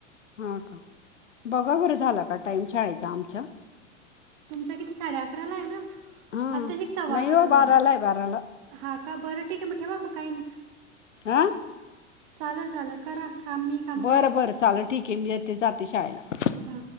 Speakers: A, on the left; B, on the right.
A: हां का... बघा बरं झालं का टाईम शाळेचा आमच्या?
B: तुमचं किती साडे अकराला है ना,
A: हां
B: आत्ताशीक सव्वा
A: नाही
B: अकरा
A: हो
B: झाले
A: बाराला आहे बाराला
B: हां का, बरं मग ठेवा काई नाई
A: आं?
B: चालंल, चालंल करा काम मी कामं
A: बरं
B: करतो
A: बरं चालेल, ठीक है... मी येते... जाते शाळेला
B: हा